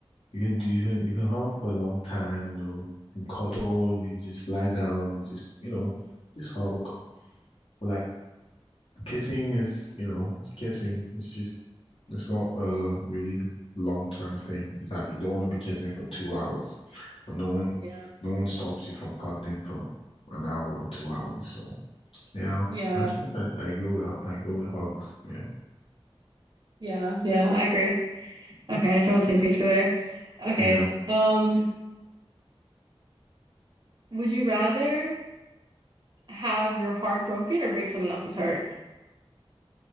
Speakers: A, on the left; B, on the right.
A: you can do you can you can hug for a long time, you know, you can cuddle, you can just lie down, just you know, just hug. But like kissing is, you know, it's kissing. It's just it's not a really long term thing. Like you don't want to be kissing for two hours, but no one
B: Yeah.
A: no one stops you from cuddling for an hour or two hours. So. Yeah,
B: Yeah.
A: I think I, I go with I go with hugs. Yeah,
B: Yeah. Yeah, I agree.
A: Mhm.
B: Okay, so we're on the same page for there. Okay.
A: yeah.
B: Um, would you rather have your heart broken or break someone else's heart?